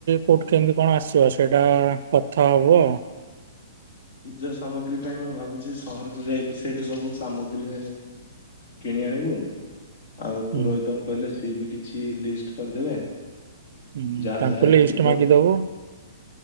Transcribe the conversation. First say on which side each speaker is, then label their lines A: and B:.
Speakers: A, on the right (about 60°); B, on the left (about 55°).
A: କୋଉଠୁ କେମତି କଣ ଆସିିବ ସେଇଟା କଥା ହବୁ।
B: ପୂଜା ସାମଗ୍ରୀ ପାଇଁ, ମୁଁ ଭାବୁଛି ସହରକୁ ଯାଇକି ସେଇଠୁ ସବୁ ସାମଗ୍ରୀ କିଣି ଆଣିବୁ ଆଉ
A: ହୁଁ
B: ପୁରୋହିତଙ୍କୁ କହିଲେ ସିଏ ବି କିଛି ଲିଷ୍ଟ କରିଦେବେ।
A: ହୁଁ
B: ଯାହା
A: ତାଙ୍କୁ
B: ଯାହା
A: ଲିଷ୍ଟ
B: ଥିବ
A: ମାଗିଦବ।